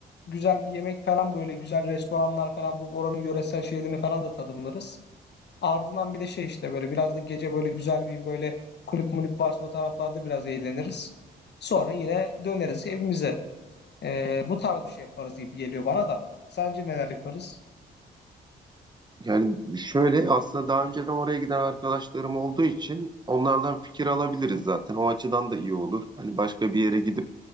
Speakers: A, on the left (about 60°); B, on the right (about 20°).
A: güzel bir yemek falan böyle güzel restoranlar falan bu oranın yöresel şeylerini falan da tadımlarız. Ardından bir de şey işte böyle biraz da gece böyle güzel bir böyle kulüp mulüp varsa o taraflarda biraz eğleniriz. Sonra yine döneriz evimize. Ee, bu tarz bir şey yaparız gibi geliyor bana da. Sence neler yaparız?
B: Yani şöyle aslında daha önceden oraya giden arkadaşlarım olduğu için onlardan fikir alabiliriz zaten. O açıdan da iyi olur. Hani başka bir yere gidip